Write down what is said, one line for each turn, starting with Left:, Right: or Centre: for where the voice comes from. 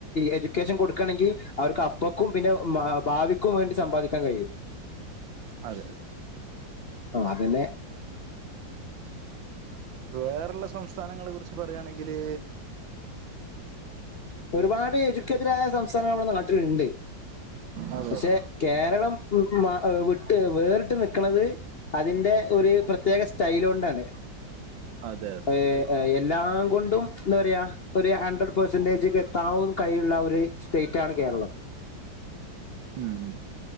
Left: എജുക്കേഷൻകൊടുക്കണെങ്കി അവർക്ക് അപ്പക്കും പിന്നെ ഭാവിക്കും വേണ്ടി സമ്പാദിക്കാൻ കയും.
Right: അതെ അതെ.
Left: ആഹ് അതന്നെ.
Right: വേറേള്ള സംസ്ഥാനങ്ങളെ കുറിച്ച് പറയാണെങ്കില്
Left: ഒരുപാട് എഡ്യുക്കേറ്റഡ്ആയ സംസ്ഥാനങ്ങൾ നമ്മുടെ നാട്ടിലുണ്ട്.
Right: അതെ
Left: പക്ഷെ
Right: അതെ
Left: കേരളം ഉം മ് വ് വിട്ട് വേറിട്ട് നിക്ക്ണത് അതിന്റെ ഒരു പ്രത്യേക സ്റ്റൈൽ കൊണ്ടാണ്.
Right: അതെ
Left: ഒരു എല്ലാം കൊണ്ടും ന്താ പറയാ ഒരു ഹൺഡ്രഡ് പെർസെന്റജ് എത്താവും കഴിവുള്ള ഒരു സ്റ്റേറ്റ് ആണ് കേരളം.
Right: ഉം